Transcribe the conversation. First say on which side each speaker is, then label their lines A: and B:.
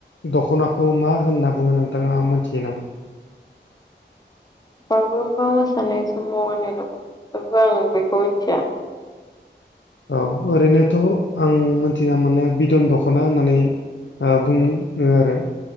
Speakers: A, on the left; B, on the left.
A: दख'नाखौ मा होनना बुङो नोंथाङा मोनथियो नामा
B: बावुरबा मोसानाय समनाय दं बे आं बेखौ मिथिया
A: औ ओरैनोथ' आं मिथिना मोननायाव बिदन दख'ना होननानै ओ बुं बुङो आरो